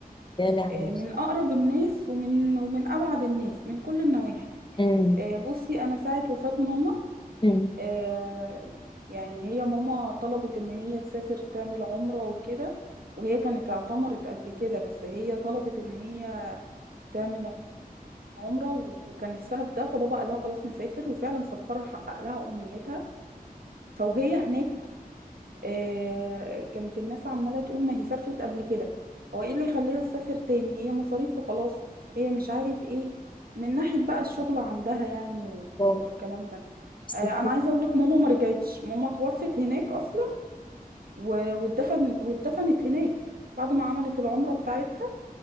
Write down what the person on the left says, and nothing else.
يا لهوي
امم
امم
واو.
مستنكر.